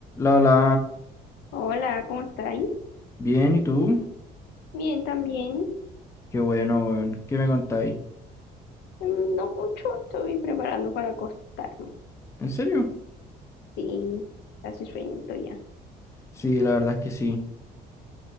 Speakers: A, on the left; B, on the left.
A: La, la,
B: Hola, ¿cómo estáis?
A: bien, ¿y tú?
B: Bien, también.
A: Qué bueno, weón. ¿Qué me contáis?
B: Mm, No mucho, estoy preparando para acostarme.
A: ¿En serio?
B: Sí, hace sueñito ya.
A: Sí, la verdad es que sí.